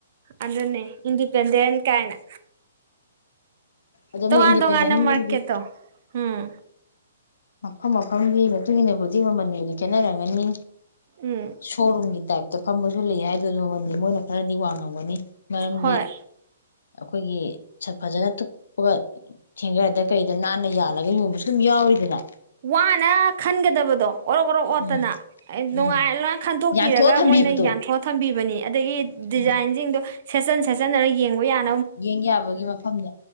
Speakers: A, on the right; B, on the left.
A: ꯑꯗꯨꯅꯦ ꯏꯟꯗꯤꯄꯦꯟꯗꯦꯟ ꯀꯥꯏꯅ
B: ꯑꯗꯣ
A: ꯇꯣꯉꯥꯟ
B: ꯃꯣꯏ ꯏꯟꯗꯤꯄꯦꯟꯗꯦꯟꯒꯤꯗꯤ
A: ꯇꯣꯉꯥꯟꯅ ꯃꯥꯀꯦ ꯇꯣ ꯎꯝ
B: ꯃꯐꯝ ꯃꯐꯝꯒꯤ ꯃꯇꯨꯡ ꯏꯟꯅꯕꯨꯗꯤ ꯃꯃꯜꯕꯨꯗꯤ ꯈꯦꯠꯅꯔꯝꯒꯅꯤ
A: ꯎꯝ
B: ꯁꯣꯔꯨꯝꯝꯒꯤ ꯇꯥꯏꯞꯇ ꯐꯝꯕ ꯑꯗꯨ ꯂꯩ ꯍꯥꯏꯗ ꯑꯗꯨ ꯃꯃꯜꯗꯤ ꯃꯣꯏꯅ ꯈꯔꯗꯤ ꯋꯥꯡ ꯉꯧꯋꯦ ꯑꯃꯅꯤꯅꯤ ꯃꯔꯝꯗꯤ
A: ꯍꯣꯏ
B: ꯑꯩꯈꯣꯏꯒꯤ ꯐꯖꯅ ꯑꯗꯨꯒ ꯊꯦꯡꯒꯔꯗ ꯀꯩꯗ ꯅꯥꯟꯅ ꯌꯥꯜꯂꯒ ꯌꯣꯟꯕꯁꯨ ꯑꯗꯨꯝ ꯌꯥꯎꯔꯤꯗꯅ
A: ꯋꯥꯅ ꯈꯟꯒꯗꯕꯗꯣ ꯑꯣꯔꯣꯛ ꯑꯣꯔꯣꯛ ꯑꯣꯠꯇꯅ
B: ꯎꯝ
A: ꯅꯨꯡꯉꯥꯏꯔ
B: ꯎꯝ
A: ꯂꯣꯏ ꯈꯟꯗꯣꯛꯄꯤꯔꯒ
B: ꯌꯥꯟꯊꯣꯛꯑ ꯊꯝꯕꯤꯕꯗꯣ
A: ꯃꯣꯏꯅ ꯌꯥꯟꯊꯣꯛꯑ ꯊꯝꯕꯤꯕꯅꯤ ꯑꯗꯒꯤ ꯗꯤꯖꯥꯏꯟꯁꯤꯡꯗꯣ
B: ꯎꯝ
A: ꯁꯦꯠꯆꯟ ꯆꯠꯆꯅꯅ ꯌꯦꯡꯕ ꯌꯥꯅꯤ
B: ꯌꯦꯡ ꯌꯥꯕꯒꯤ ꯃꯐꯝ